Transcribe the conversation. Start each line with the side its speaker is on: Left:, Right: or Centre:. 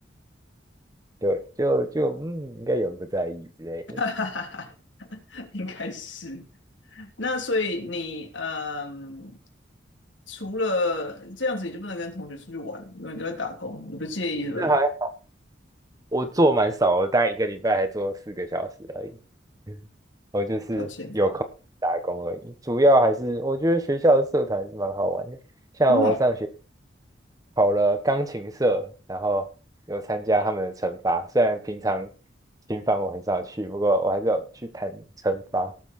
Right: 对，就就嗯，应该有人不在意之类的。
Left: <laughs> 哈哈哈，应该是。那所以你嗯，除了这样子，你就不能跟同学出去玩，因为你都在打工，你不介意是吧？
Right: 这还我做蛮少的，我大概一个礼拜还做四个小时而已。嗯我就是
Left: 了解，
Right: 打工而已，主要还是我觉得学校的社团是蛮好玩的。像我上学。
Left: 哦，
Right: 跑了钢琴社，然后有参加他们的惩罚。虽然平常琴房我很少去，不过我还是有去弹惩罚。